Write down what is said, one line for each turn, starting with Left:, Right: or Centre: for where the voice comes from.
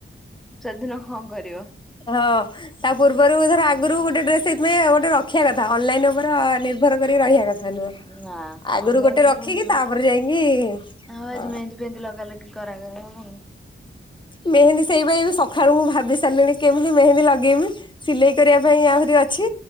Centre: ସେଦିନ କଣ କରିବ।
Left: ହଁ ତା ପୂର୍ବରୁ ଧର ଆଗରୁ ଗୋଟେ ଡ୍ରେସ ସେଇଥିପାଇଁ ଆ ଗୋଟେ ରଖିବା କଥା ଅନଲାଇନ ଉପର ନିର୍ଭର କରିକି ରହିବା କଥା ନୁହଁ।
Centre: ନା
Left: ଆଗରୁ
Centre: ଅନଲାଇନ
Left: ଗୋଟେ
Centre: ଉପରେ
Left: ରଖିକି
Centre: ଉଁ
Left: ତାପରେ ଯାଇକି
Centre: ଆଉ
Left: ହଁ
Centre: ଆଜି ମେହେନ୍ଦି ଫେହେନ୍ଦି ଲଗା ଲଗି କରା ଗର ହୁଁ।
Left: ମେହେନ୍ଦୀ ସେଇପାଇ ବି ସକାଳୁ ମୁଁ ଭାବି ସାରିଲିଣି କେମିତି ମେହେନ୍ଦୀ ଲଗେଇବି ସିଲେଇ କରିବା ପାଇଁ ଆହୁରି ଅଛି।